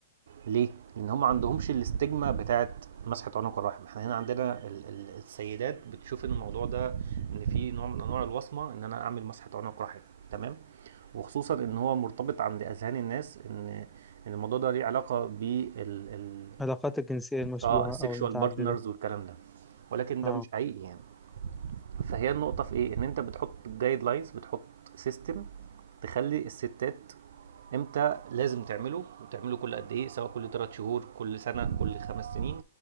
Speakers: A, on the right; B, in the centre.
A: ليه لان هم ما عندهمش الاستجمه بتاعه مسحه عنق الرحم احنا هنا عندنا ال- ال- السيدات بتشوف ان الموضوع ده ان في نوع من انواع الوصمه ان انا اعمل مسحه عنق رحم تمام وخصوصا ان هو مرتبط عند اذهان الناس ان ان الموضوع ده ليه علاقه بال ال...
B: العلاقات الجنسية المشبوهة
A: اه السكشوال
B: او المتعددة
A: بارتنرز والكلام ده ولكن ده
B: اه
A: مش حقيقي يعني فهي النقطة في ايه ان انت بتحط جايد لاينز بتحط سيستم تخلي الستات امتى لازم تعمله وتعمله كل قد ايه سواء كل 3 شهور كل سنة كل خمس سنين